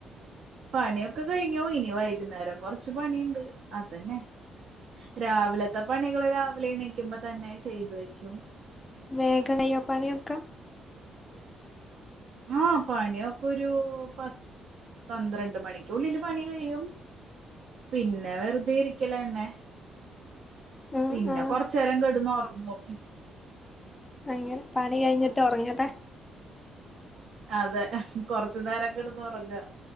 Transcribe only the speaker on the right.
പണിയൊക്കെ കഴിഞ്ഞൂ ഇനി വൈകുന്നേരം കൊർച്ച് പണിണ്ട് അതന്നെ രാവിലത്തെ പണികള് രാവിലെ എണീക്യൂമ്പ തന്നെ ചെയ്തു വെയ്ക്ക്യും
ആഹ് പണിയൊക്കെ ഒരു പത് പന്ത്രണ്ട് മണിക്കുള്ളില് പണി കഴിയും പിന്നെ വെർതെ ഇരിക്ക്യലാണ്
പിന്നെ
കൊർച്ചേരം കെട്ന്നൊർങ്ങും
അതെ കൊർച്ച് നേരം കെട്ന്നൊറങ്ങാ